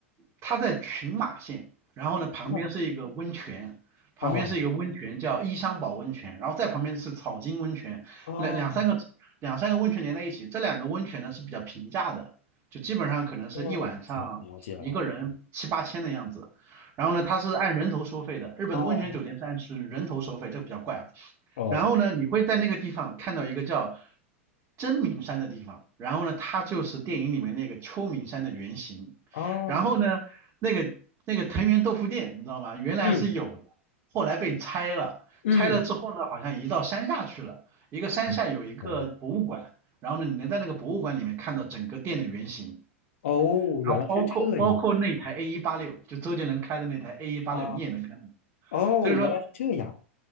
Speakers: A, on the right; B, on the left.
A: 它在群马县，然后呢旁边是一个温泉。
B: 那
A: 旁边是一个温泉叫伊香保温泉，
B: 哦
A: 然后再旁边是草津温泉，
B: 哦
A: 两两三个两三个温泉连在一起，这两个温泉呢是比较平价的，就基本上可能是一晚上一个人七八千的样子。
B: 哦，了解了解了，
A: 然后呢，它是按人头收费的，日本的温泉酒店是按是人头收费，
B: 哦
A: 这个比较怪啊。
B: 哦
A: 然后呢，你会在那个地方看到一个叫真名山的地方，然后呢，它就是电影里面那个秋名山的原型。
B: 哦，
A: 然后呢，那个那个藤原豆腐店，你知道吗？原来是有的，
B: 嗯
A: 后来被拆了，
B: 嗯。
A: 拆了之后呢，好像移到山下去了。一个山下有一个博物馆，
B: 嗯好的
A: 然后呢，你能在那个博物馆里面看到整个店的原型。
B: 哦，
A: 然后包括包括那台
B: 原来是这样
A: A 一八六，就周杰伦开的那台 A 一八六，
B: 啊！
A: 你也能看到。
B: 哦，
A: 所以说，
B: 原来是这样，